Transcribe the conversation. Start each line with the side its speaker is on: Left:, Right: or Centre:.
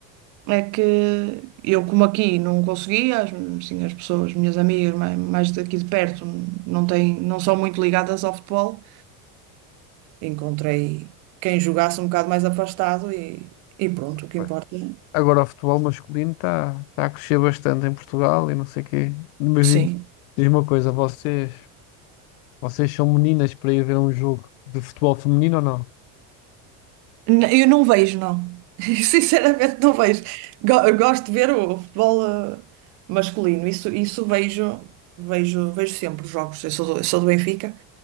Right: É que eu, como aqui não consegui, as, assim, as pessoas, minhas amigas mais, mais daqui de perto, não têm, não são muito ligadas ao futebol, encontrei quem jogasse um bocado mais afastado e, e pronto, o que
Left: Pois.
Right: importa. é-
Left: Agora o futebol masculino está tá tá a crescer bastante em Portugal e não sei o quê. Mas
Right: Sim.
Left: diz, diz uma coisa, vocês, vocês são meninas para ir ver um jogo de futebol feminino ou não?
Right: N- Eu não vejo, não. <laughs> Sinceramente, não vejo. Go- gosto de ver o futebol eh, masculino, isso, isso vejo, vejo, vejo sempre os jogos. Eu sou do, eu sou do Benfica